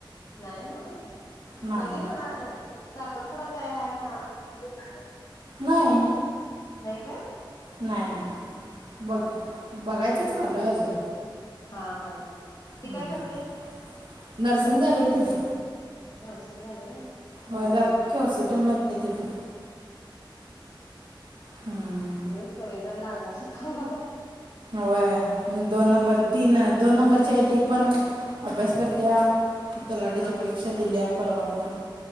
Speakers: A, on the left; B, on the right.
A: नाही नव्ह
B: नाही
A: मधी म्हणाल साखरपुडा काय हाय म्हणालतीस आणि
B: नाही
A: नाही का?
B: नाही नाही बघ
A: हा हा
B: बघायचंच चालूय अजून
A: हा हा ती
B: हम्म
A: काय करते?
B: नर्सिंग झालं की तिझं
A: सणी झाल्या व्हय? हा
B: होय जाते
A: हा
B: कि हॉस्पिटल मध्ये येते ती पण हम्म.
A: हॅलो सगळेजण ला अस का माझा
B: व्हय दोन नंबर तीन दोन नंबरची आहे ती पण अभ्यास करत्या तलाठीची
A: हा हा.
B: परीक्षा दिल्या परवा पन